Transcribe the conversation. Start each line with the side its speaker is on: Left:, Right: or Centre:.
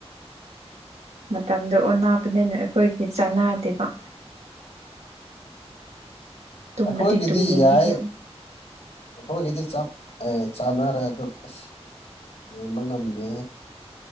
Right: ꯃꯇꯝꯗ ꯑꯣꯟꯅꯕꯅꯦꯅ ꯑꯩꯈꯣꯏꯒꯤ ꯆꯅꯥꯗꯦꯕ ꯇꯨꯝꯕꯗꯤ
Left: ꯑꯩꯈꯣꯏꯒꯤꯗꯤ
Right: ꯇꯨꯝꯅꯤꯡꯉꯦ
Left: ꯌꯥꯏ
Right: ꯌꯥꯝ
Left: ꯑꯩꯈꯣꯏꯒꯤꯗꯤ ꯆꯞ ꯑꯦ ꯆꯥꯅꯔꯦ ꯑꯗꯣ ꯑꯁ ꯌꯦꯡꯕ ꯉꯝꯗꯦ